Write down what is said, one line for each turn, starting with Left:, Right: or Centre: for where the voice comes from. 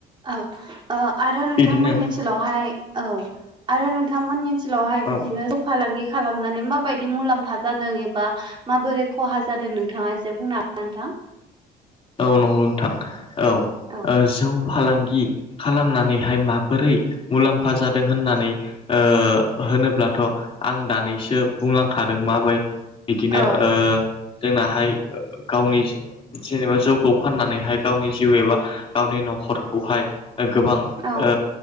Right: औ ओ आरो नोंथांमोननि
Left: बिदिनो
Right: ओनसोलावहाय औ आरो नोंथांमोननि ओनसोलावहाय
Left: औ
Right: बिदिनो जौ फालांगि खालामनानै माबायदि मुलाम्फा जादों एबा माबोरै खहा जादों नोंथाङा एसे बुंनो हागोन ना नोंथां।
Left: औ नंगौ नोंथां औ
Right: औ
Left: ओ जौ फालांगि खालामनानैहाय माबोरै मुलाम्फा जादों होननानै ओ होनोब्लाथ' आं दानैसो बुंलांखादों माबाय- बिदिनो
Right: औ
Left: ओ जोंनाहाय गावनि जेनेबा जौखौ फाननानैहाय गावनि जिउ एबा गावनि न'खरखौहाय- गोबां
Right: औ
Left: ओ